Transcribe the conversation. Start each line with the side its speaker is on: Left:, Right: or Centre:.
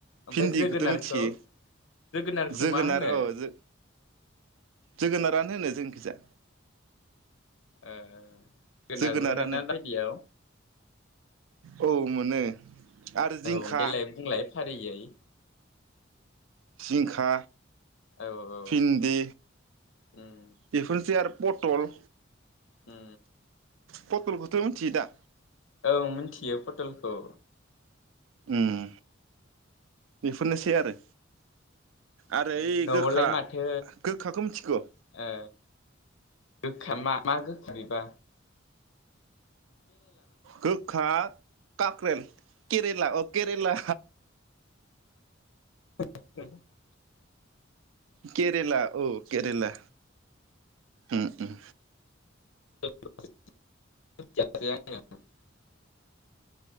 Left: ओमफ्राय
Right: भिन्दिखौथ'
Left: जोगोनारखौ
Right: मिथियो
Left: जोगोनारखौ
Right: जोगोनार
Left: मा होनो
Right: औ जो जोगोनारानो होनो जोंखिजा
Left: ओ गोनारबो
Right: जोगोनारानो
Left: मोनो ना बायदियाव
Right: औ मोनो आरो जिंखा
Left: औ देलाय बुंलाय फारियै
Right: जिंखा
Left: औ औ
Right: फिन्दि
Left: उम
Right: बेफोरसै आर फथल
Left: हो
Right: पटलखौथ' मिथियो दा
Left: औ मिथियो पटलखौ
Right: उम बेफोरनोसै आरो आरो
Left: ओ
Right: ओइ
Left: न'आवलाय
Right: गोखा
Left: माथो
Right: गोखाखौ मिथिगौ
Left: ओ गोखा मा गोखो बिबा
Right: गोखा काक्रेल केरेला अ केरेला
Left: <unintelligible>
Right: केरेला ओ केरेला उम उम
Left: <unintelligible>